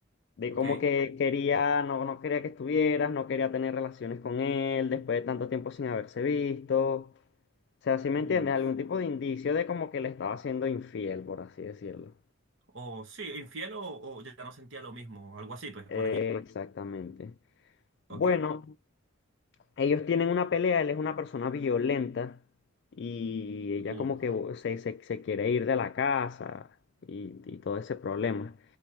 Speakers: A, on the left; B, on the right.
A: de
B: ok.
A: como que quería, no, no quería que estuvieras, no quería tener relaciones con él después de tanto tiempo sin haberse visto. O sea, si me entiendes?
B: Uf.
A: Algún tipo de indicio de como que le estaba siendo infiel, por así decirlo.
B: O sí, infiel o, o ya no sentía lo mismo, algo así, pues
A: Eh,
B: por allí.
A: exactamente.
B: Ok.
A: Bueno. Ellos tienen una pelea, él es una persona violenta y ella
B: Uf.
A: como que bo- se, se- se quiere ir de la casa y, y todo ese problema.